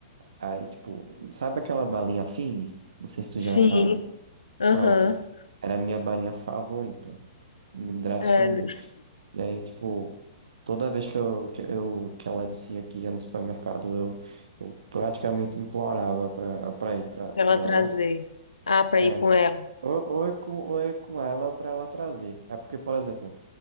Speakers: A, on the right; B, on the left.
A: Aí, tipo, sabe aquela balinha Fine? Não sei se tu
B: Sim,
A: já sabe.
B: aham,
A: Pronto. Era a minha balinha favorita, drasticamente.
B: é,
A: E aí, tipo, toda vez que eu, que eu, que ela dizia que ia no supermercado, eu, eu praticamente implorava pra, pra ir pra,
B: pra ela
A: com
B: trazer.
A: ela.
B: Ah, pra
A: É.
B: ir com ela.
A: Ou, ou, é com, ou é com ela ou pra ela trazer. É porque, por exemplo,